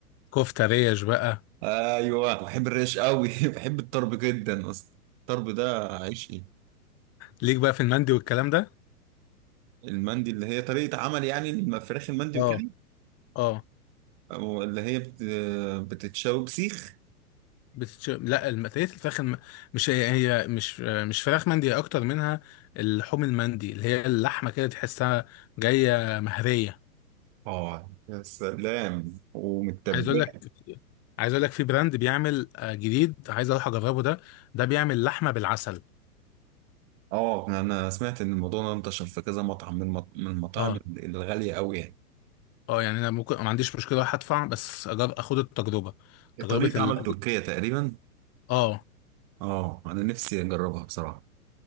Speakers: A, on the left; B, on the right.
A: كفته ريش بقى
B: ايوه بحب الريش قوي <laughs> بحب الطرب جدا اصلا الطرب ده عيشي
A: ليك بقى في المندي والكلام ده
B: المندي اللي هي طريقة عمل يعني الم- فراخ المندي وكده
A: اه اه
B: أو اللي هي بت... بتتشوي بسيخ
A: بتتش... لا المقلية الفراخ الم... مش هي هي مش مش فراخ مندي هي اكتر منها اللحوم المندي اللي هي اللحمه كده تحسها جايه مهريه
B: اه يا سلام ومتبلة
A: عايز اقول لك عايز اقول لك في براند بيعمل آه، جديد عايز اروح اجربه ده ده بيعمل لحمه بالعسل
B: اه انا أنا سمعت ان الموضوع ده انتشر في كذا مطعم من المط- من المطاعم
A: اه
B: الغالية قوي يعني
A: اه يعني انا ممكن ما عنديش مشكله اروح ادفع بس أجر... اخد التجربه تجربه
B: طريقة
A: ال...
B: عمل تركية تقريبا
A: اه
B: اه انا نفسي اجربها بصراحة